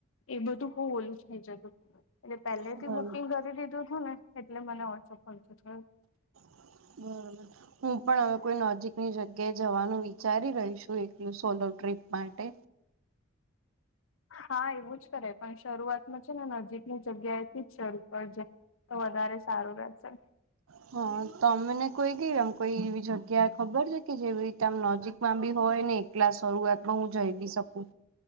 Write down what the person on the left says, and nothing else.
એ બધું બહ ઓલું થઈ જતું. એટલે પહેલેથી
બુકિંગ
કરી દીધું હતું ને એટલે મને વોટ્સઅપ કરજો થય.
હા એવું જ કરે પણ શરૂઆતમાં છે ને નજીકની જગ્યાએથી જ શરૂ પ જાય. તો વધારે સારું રહેશે.